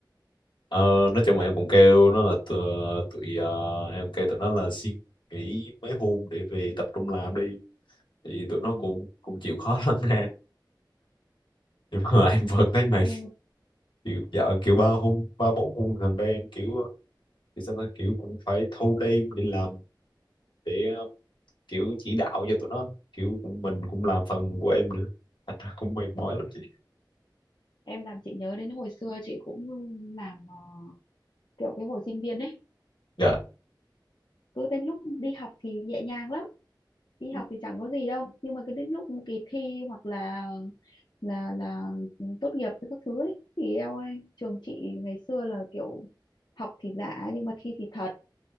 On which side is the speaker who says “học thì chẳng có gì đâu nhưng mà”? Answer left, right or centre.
Left